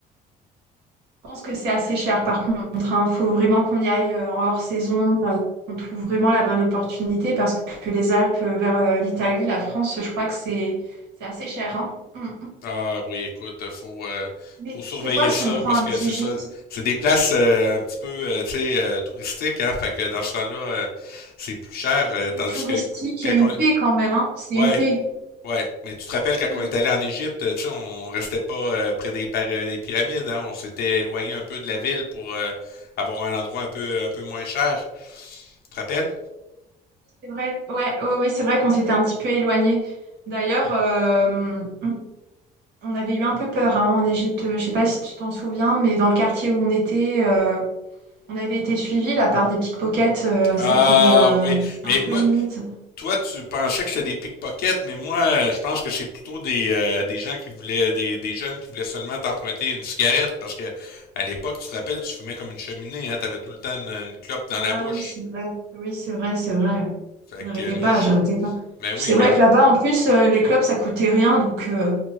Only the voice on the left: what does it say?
Ah oui, écoute, faut euh,
faut surveiller
ça
parce
que
c'est
ça, c'est des places euh, un petit peu euh, tu sais euh, touristiques, hein, fait que dans ce temps-là, euh, c'est plus cher, euh,
tandis
que quand
on...
ouais,
ouais, mais tu te rappelles quand
on est allé en Égypte, tu sais, on restait pas euh, près des, par- euh, des pyramides, hein, on s'était éloigné un peu de la ville pour euh, avoir un endroit un peu un peu moins cher, tu te rappelles?
Ah
oui,
mais
moi,
toi, tu pensais que c'était des pickpockets, mais moi, euh, je pense que c'est plutôt des, euh, des gens qui voulaient, des, des jeunes qui voulaient seulement t'emprunter une cigarette, parce que à l'époque, tu te rappelles, tu fumais comme une cheminée, hein, t'avais tout le temps une, une clope dans
la bouche.
Fait
que euh, moi,
je...
mais oui,
puis
en-